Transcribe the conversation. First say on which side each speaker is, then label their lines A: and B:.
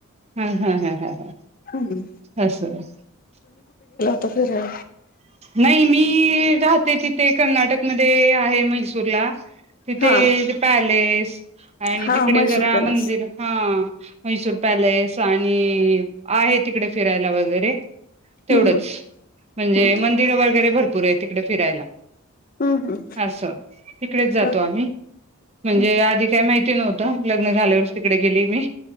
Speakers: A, on the right; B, on the left.
A: हा हा हा हा ह
B: हम्म
A: असस
B: तर फर
A: नाही मी राहते तिथे कर्नाटक म आहे मैसूरला तिथेथ
B: हा
A: पॅलेस आणि
B: हा
A: तिकडे
B: म्हैसूर
A: जरा
B: पॅलेस
A: मंदिर हा म्हैसूर पॅलेस आणि आहे तिकडे फिरायला वगैरे तेवढच
B: हम्म
A: म्हणजे
B: हम्म
A: म वगैरे भरपूर आहे तिकडे फिरायला
B: हम्म हम्म
A: असं इिकडेच जातो
B: ओके
A: आम्ही म्हणजे
B: हम्म
A: आधी काय माहिती नव्हत लग्न झाल्यावर तिकडे गेली मी